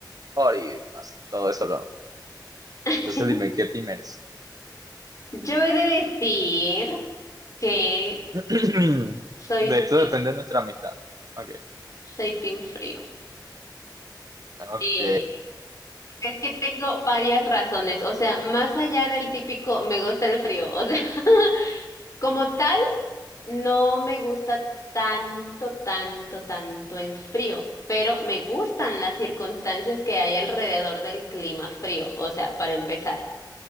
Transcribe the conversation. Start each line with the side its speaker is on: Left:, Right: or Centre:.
Right: por y más, todo eso. lo-
Left: <laughs>
Right: Entonces dime, ¿qué team eres?
Left: Yo he de decir que
Right: <clears throat>
Left: soy,
Right: De esto
Left: team-
Right: depende nuestra amistad. Ok.
Left: soy team frío.
Right: Ok.
Left: Eh, es que tengo varias razones, o sea, más allá del típico me gusta el frío, o sea, <laughs> como tal, no me gusta tanto, tanto, tanto el frío, pero me gustan las circunstancias que hay alrededor del clima frío, o sea, para empezar.